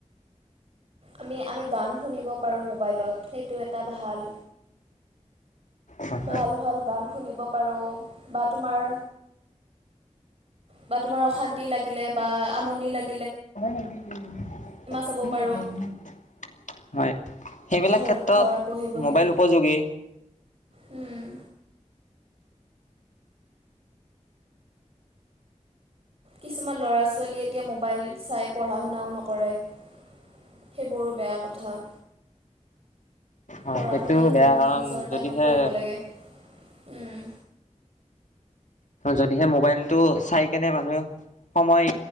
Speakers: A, on the right; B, on the left.
A: আমি আমি গান শুনিব পাৰো মোবাইলত। সেইটো এটা ভাল।
B: হয়
A: ভাল
B: হয়।
A: ভাল গান শুনিব পাৰো। বা তোমাৰ, বা তোমাৰ অশান্তি লাগিলে বা আপ- মণি লাগে।
B: হয়। <unintelligible>
A: চাব পাৰোঁ।
B: সেইবিলাক
A: ঘৰত
B: ক্ষেত্ৰত
A: ঘৰত বহি বহি
B: মোবাইল উপযোগী।
A: উম। কিছুমান ল'ৰা ছোৱালীয়ে এতিয়া মোবাইল চাই পঢ়া শুনাও নকৰে। সেইবোৰো বেয়া কথা।
B: অ'
A: পঢ়া
B: সেইটোও
A: শুনাটো
B: বেয়া, কাৰণ
A: নিজৰ টাইমত
B: যদিহে
A: কৰিব লাগে। উম।
B: যদিহে মোবাইলটো চাই কেনে মানুহে সময়